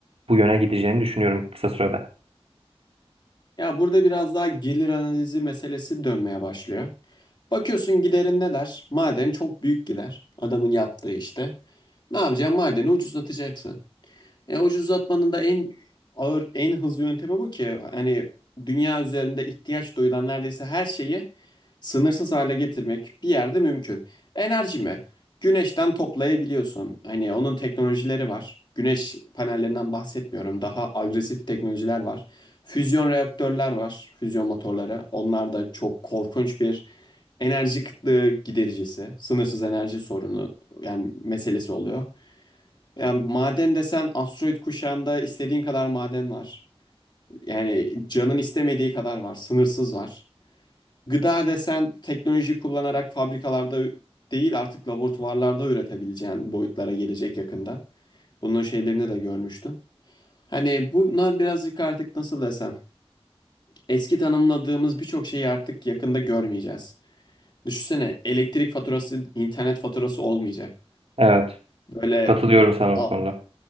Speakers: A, on the right (about 65°); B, on the left (about 45°).
A: bu yöne gideceğini düşünüyorum kısa sürede.
B: Ya burada biraz daha gelir analizi meselesi dönmeye başlıyor. Bakıyorsun giderin neler? Maden çok büyük gider. Adamın yaptığı işte. Ne yapacaksın? Madeni ucuzlatacaksın. E, ucuzlatmanın da en ağır, en hızlı yöntemi bu ki hani dünya üzerinde ihtiyaç duyulan neredeyse her şeyi sınırsız hale getirmek bir yerde mümkün. Enerji mi? Güneşten toplayabiliyorsun. Hani onun teknolojileri var. Güneş panellerinden bahsetmiyorum. Daha agresif teknolojiler var. Füzyon reaktörler var. Füzyon motorları. Onlar da çok korkunç bir enerji kıtlığı gidericisi. Sınırsız enerji sorunu yani meselesi oluyor. Yani maden desen asteroid kuşağında istediğin kadar maden var. Yani canın istemediği kadar var. Sınırsız var. Gıda desen teknoloji kullanarak fabrikalarda değil artık laboratuvarlarda üretebileceğin boyutlara gelecek yakında. Bunun şeylerini de görmüştüm. Hani bunlar birazcık artık nasıl desem eski tanımladığımız birçok şeyi artık yakında görmeyeceğiz. Düşünsene elektrik faturası, internet faturası olmayacak.
A: Evet,
B: Böyle
A: katılıyorum sana
B: a-
A: bu konuda.